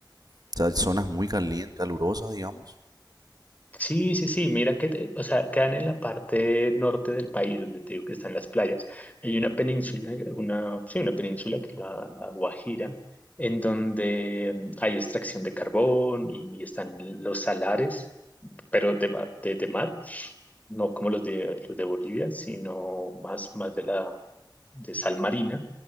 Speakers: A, on the right; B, on the left.
A: o sea, zonas muy calien- calurosas, digamos.
B: Sí, sí, sí, mira que, te- o sea, quedan en la parte norte del país, donde te digo que están las playas. Hay una península, una, sí, una península que es la, la Guajira, en donde mm, hay extracción de carbón y están los salares, pero de, mar- de, de mar, no como los de, los de Bolivia, sino más, más de la, de sal marina.